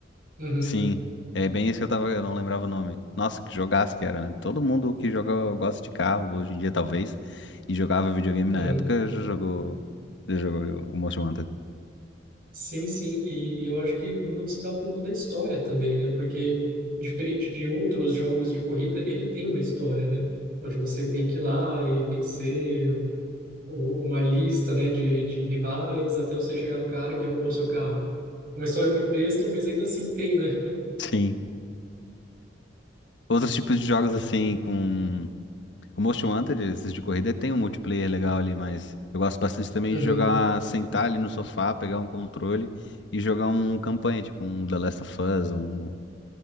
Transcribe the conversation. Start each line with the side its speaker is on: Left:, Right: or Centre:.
Right: Uhum,
Left: Sim. É bem isso que eu tava, eu não lembrava o nome. Nossa, que jogaço que era, né? Todo mundo que joga gosta de carro hoje em dia, talvez, e jogava videogame na
Right: uhum.
Left: época, já jogou, já jogou o Most Wanted.
Right: Sim, sim, e, e eu acho que muito se dá por conta da história também, né? Porque diferente de outros jogos de corrida, ele tem uma história, né? Onde você tem que ir lá e vencer o- o- uma lista, né, de, de rivais até você chegar no cara que roubou seu carro. Uma história muito besta, mas ainda assim tem, né?
Left: Sim. Outros tipos de jogos assim, com o Most Wanted, esses de corrida, tem um multiplayer legal ali, mas eu gosto bastante também
Right: Uhum.
Left: de jogar, sentar ali no sofá, pegar um controle e jogar um campanha, tipo um The Last of Us, um,